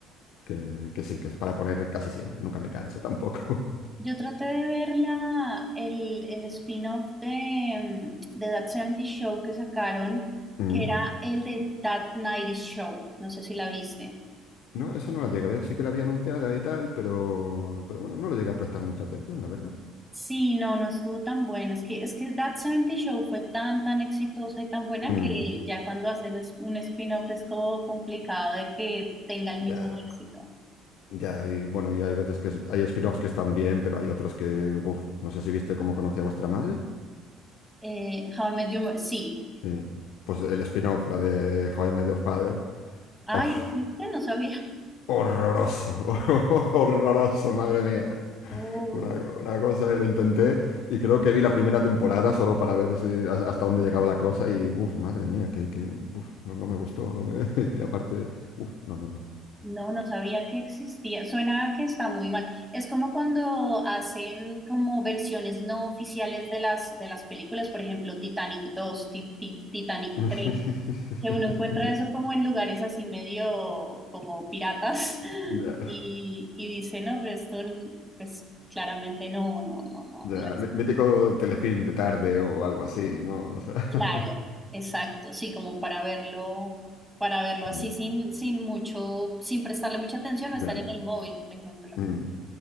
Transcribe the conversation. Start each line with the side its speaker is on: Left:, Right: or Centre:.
Left: que, que sí, que es para poner casi siempre. Nunca me canso tampoco.
Centre: Yo traté de ver la, el, el spin-off de, mm, de That 70 Show que sacaron,
Left: <laughs>
Centre: que era el de That 90 Show, no sé si la viste.
Left: No, esa no la llegué a ver, sí que la había anunciada y tal, pero, pero bueno, no le llegué a prestar mucha atención, la verdad.
Centre: Sí, no, no estuvo tan bueno. Es que, es que That 70 Show fue tan, tan exitosa y tan buena
Left: Mm,
Centre: que ya cuando hacen un un spin-off es como complicado de que tenga el mismo
Left: ya,
Centre: éxito.
Left: ya, y bueno, y hay veces que es- hay spin-offs que están bien, pero hay otros que, buf, no sé si viste cómo conocí a vuestra madre.
Centre: Eh, How I Met Your Mother, sí.
Left: Sí. Pues el spin-off, la de How I Met Your Father,
Centre: Ay,
Left: uf,
Centre: ¿existe? No sabía.
Left: Horroroso, <laughs> horroroso, madre mía.
Centre: Uh,
Left: Una, una cosa, lo intenté y creo que vi la primera temporada solo para ver si, a- hasta dónde llegaba la cosa y, uff, madre mía, que, que, uf, no, no me gustó, no me, <laughs> y aparte, uff, no, no, no.
Centre: no, no sabía que existía. Suena a que está muy mal. Es como cuando hacen como versiones no oficiales de las, de las películas, por ejemplo, Titanic 2, Ti- Ti- Titanic
Left: <laughs>
Centre: 3. que uno encuentra eso como en lugares así medio como piratas <laughs>
Left: Ya,
Centre: y, y dice, no, pero esto n- pues claramente no, no, no, no,
Left: ya,
Centre: no es
Left: mí- mítico telefilm de tarde o algo así, ¿no? O sea, <laughs>
Centre: claro, exacto, sí, como para verlo, para verlo así
Left: mm,
Centre: sin, sin mucho, sin prestarle mucha atención o
Left: ya,
Centre: estar en el móvil, por ejemplo.
Left: mm.